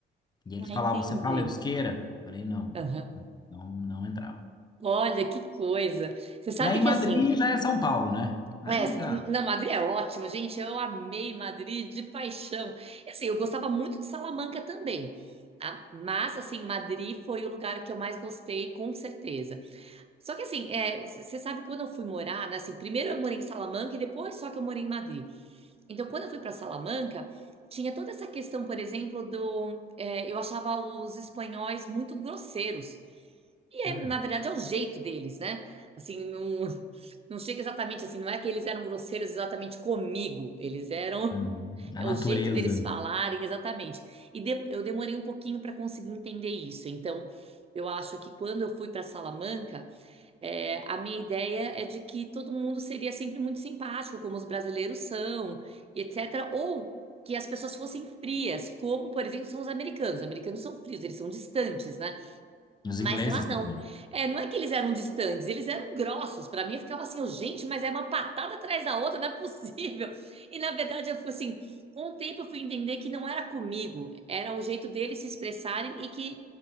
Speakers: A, on the left; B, on the right.
A: E eles
B: Ah,
A: falavam,
B: entendi.
A: você fala euskera? Falei, não,
B: Aham.
A: não, não entrava.
B: Olha, que coisa. Você sabe
A: E aí,
B: que
A: Madrid
B: assim,
A: já é São Paulo, né? Aí
B: é,
A: já.
B: na Madrid é ótimo, gente. Eu amei Madrid de paixão. E, assim, eu gostava muito de Salamanca também. Ah, Mas, assim, Madrid foi o lugar que eu mais gostei, com certeza. Só que, assim, é, c- você sabe, que quando eu fui morar, né, assim, primeiro eu morei em Salamanca e depois só que eu morei em Madrid. Então, quando eu fui para Salamanca, tinha toda essa questão, por exemplo, do. é, eu achava os espanhóis muito grosseiros. E,
A: hum,
B: é, na verdade, é o jeito deles, né? Assim, não, <laughs> não chega exatamente assim, não é que eles eram grosseiros exatamente comigo, eles eram.
A: hum,
B: <laughs> É
A: a natureza,
B: o jeito deles falarem, exatamente. E de- eu demorei um pouquinho para conseguir entender isso. Então, eu acho que quando eu fui para Salamanca, é, a minha ideia é de que todo mundo seria sempre muito simpático, como os brasileiros são, e etc. Ou que as pessoas fossem frias, como, por exemplo, são os americanos. Os americanos são frios, eles são distantes, né?
A: os
B: Mas
A: ingleses
B: lá
A: também,
B: não. É, não é que eles eram distantes, eles eram grossos. Para mim, eu ficava assim, oh, gente, mas é uma patada atrás da outra, não é possível. <laughs> E na verdade, eu fui assim. Um tempo eu fui entender que não era comigo, era o jeito deles se expressarem e que